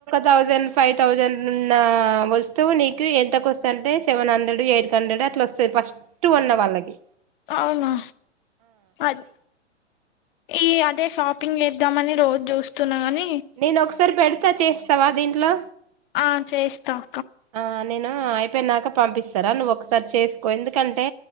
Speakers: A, on the right; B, on the left.
A: థౌజండ్ ఫైవ్ థౌజండ్ వస్తువు నీకు ఎంతకు వస్తుంది అంటే సెవెన్ హండ్రెడ్ ఎయిట్ హండ్రెడ్ అట్లా వస్తుంది ఫస్ట్ కొన్న వాళ్ళకి
B: అవునా అది ఈ అదే షాపింగ్ చేద్దామని రోజు చూస్తున్నా కానీ
A: నేను ఒకసారి పెడతా చేస్తావా దీంట్లో
B: ఆ చేయిస్తాం
A: ఆ నేను అయిపోయినాక పంపిస్తారా నువ్వు ఒక చేసుకో ఎందుకంటే